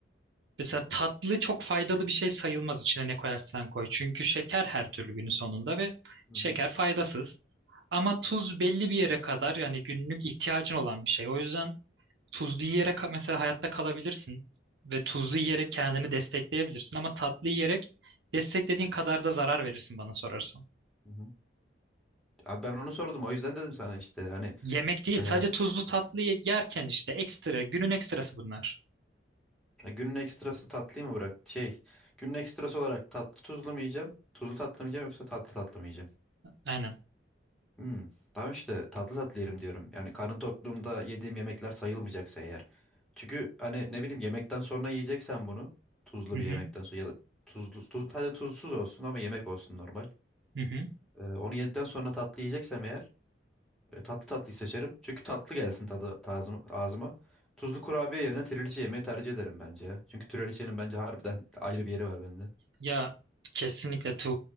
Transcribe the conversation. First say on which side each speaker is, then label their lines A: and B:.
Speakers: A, on the right; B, in the centre.
A: Mesela tatlı çok faydalı bir şey sayılmaz içine ne koyarsan koy. Çünkü şeker her türlü günün sonunda ve
B: Hı
A: şeker
B: hı.
A: faydasız. Ama tuz belli bir yere kadar yani günlük ihtiyacın olan bir şey. O yüzden Tuzlu yiyerek mesela hayatta kalabilirsin ve tuzlu yiyerek kendini destekleyebilirsin ama tatlı yiyerek desteklediğin kadar da zarar verirsin bana sorarsan.
B: Hı hı. Abi ben onu sordum. O yüzden dedim sana işte hani
A: Yemek değil,
B: Ee,
A: sadece tuzlu tatlı ye- yerken işte ekstra, günün ekstrası bunlar.
B: ya günün ekstrası tatlıyı mı bırak? Şey, günün ekstrası olarak tatlı tuzlu mu yiyeceğim? Tuzlu tatlı mı yiyeceğim yoksa tatlı tatlı mı yiyeceğim?
A: Aynen.
B: Hmm, tamam işte tatlı tatlı yerim diyorum. Yani karnım tokluğumda yediğim yemekler sayılmayacaksa eğer. Çünkü hani ne bileyim yemekten sonra yiyeceksen bunu. Tuzlu
A: Hı
B: bir
A: hı.
B: yemekten sonra ya da tuzlu, tuz, hadi tuzsuz olsun ama yemek olsun normal.
A: Hı hı.
B: Ee, onu yedikten sonra tatlı yiyeceksem eğer E, tatlı tatlıyı seçerim. Çünkü tatlı gelsin tadı tazım- ağzıma. Tuzlu kurabiye yerine trileçe yemeyi tercih ederim bence ya. Çünkü trileçenin bence harbiden <laughs> ayrı bir yeri var bende.
A: Ya kesinlikle tu